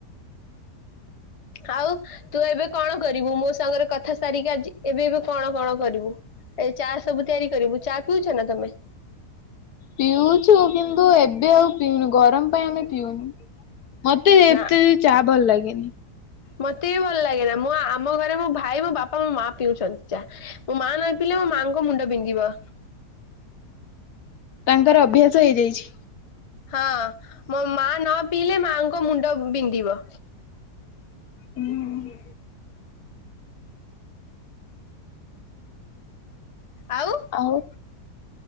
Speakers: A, on the left; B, on the left.
A: ଆଉ ତୁ ଏବେ କଣ କରିବୁ ମୋ ସାଙ୍ଗରେ କଥା ସାରିକି ଆଜି ଏବେ ଏବେ କଣ କଣ କରିବୁ?? ଏଇ ଚା ସବୁ ତିଆରି କରିବୁ ଚା ପିଉଛ ନା ତମେ?
B: ପିଉଛୁ କିନ୍ତୁ ଏବେ ଆଉ ପିଉନୁ ଗରମ ପାଇଁ ଆମେ ପିଉନୁ। ମତେ ଏତେ
A: ନା
B: ବି ଚା ଭଲ ଲାଗେନି।
A: ମତେ ବି ଭଲ ଲାଗେନା ମୁଁ ଆମ ଘରେ ମୋ ଭାଇ ମୋ ବାପା ମୋ ମା ପିଉଛନ୍ତି ଚା। ମୋ ମା ନଈ ପିଇଲେ ମୋ ମାଆଙ୍କ ମୁଣ୍ଡ ବିନ୍ଧିବ।
B: ତାଙ୍କର ଅଭ୍ୟାସ ହେଇଯାଇଛି।
A: ହଁ ମୋ ମା ନ ପିଇଲେ ମାଙ୍କ ମୁଣ୍ଡ ବି ବିନ୍ଧିବ।
B: ହୁଁ।
A: ଆଉ
B: ଆଉ